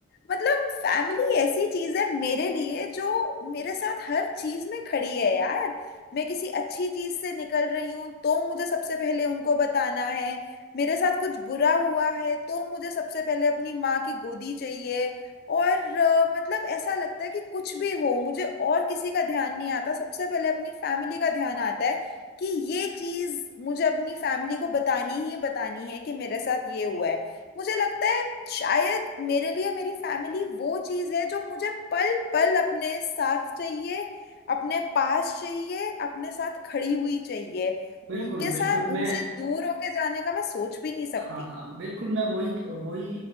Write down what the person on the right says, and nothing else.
बिल्कुल
बिल्कुल
मैं
हाँ हाँ बिल्कुल मैं वही वही